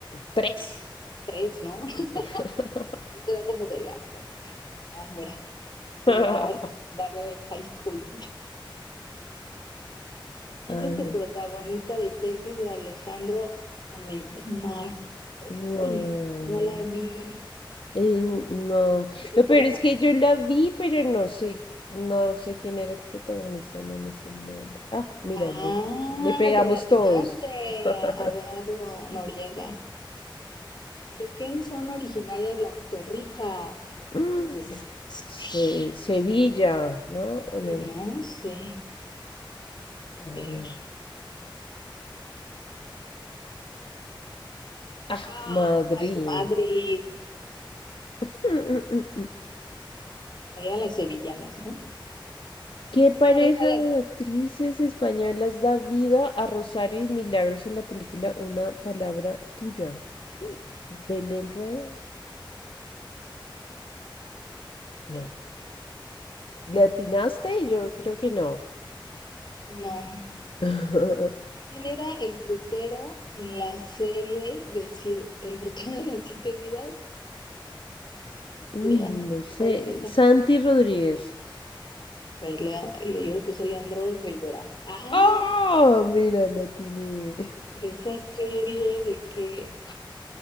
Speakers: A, on the left; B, on the left.
A: tres.
B: Tres, ¿no? <laughs>
A: <laughs>
B: Eso era como de la. Ah, mira, de
A: A
B: la secundaria de high school. ¿Quién
A: ver,
B: es el protagonista de Tesis de Alejandro Amenábar?
A: guay.
B: Uy, No la vi.
A: Edu, no.
B: Jesús
A: Lo peor
B: Coronado.
A: es que yo la vi, pero no sé, no sé quién era el protagonista, no me sé el nombre. Ah, mírale,
B: Ah,
A: le pegamos
B: pero la atinaste,
A: todos. <laughs>
B: a- Adardo Noriega. ¿De quién son originarias las torrijas?
A: Mm,
B: Pues de... Sí,
A: Se- Sevilla, ¿no? No, no
B: no
A: sé.
B: sé. A
A: A
B: ver.
A: ver. Ah,
B: Ah,
A: Madrid.
B: ay, Madrid.
A: <laughs>
B: Ahí eran las sevillanas, ¿no?
A: ¿Qué pareja
B: ¿Qué pareja de...
A: de actrices españolas da vida a Rosario y Milagros en la película Una palabra tuya? Mm, ¿Belén Rueda? No.
B: ay,
A: ¿Le atinaste? Yo creo que no.
B: no.
A: <laughs>
B: ¿Quién era el frutero en la serie de sie- El frutero de las siete vidas?
A: Uy,
B: Lea,
A: no sé.
B: ¿cuál es esa?
A: Santi Rodríguez.
B: A ver, Lea, le- yo le puse Leandro Rivera. Ah,
A: ¡Oh! Mira, la atiné.
B: pero esa serie de que,